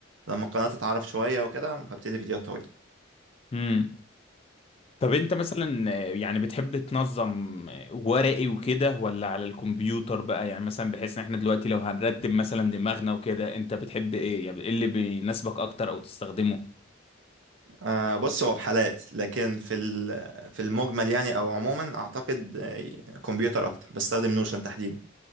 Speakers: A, on the right; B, on the left.
A: لما القناه تتعرف شويه وكده هبتدي فيديوهات طويله
B: امم طب انت مثلا آه، يعني بتحب تنظم آه، ورقي وكده ولا على الكمبيوتر بقى يعني مثلا بحيث ان احنا دلوقتي لو هنرتب مثلا دماغنا وكده انت بتحب ايه يعني ايه اللي بيناسبك اكتر او تستخدمه
A: آه بص هو بحالات لكن في ال- في المجمل يعني او عموما اعتقد آه، كمبيوتر اكتر بستخدم نوشن تحديدا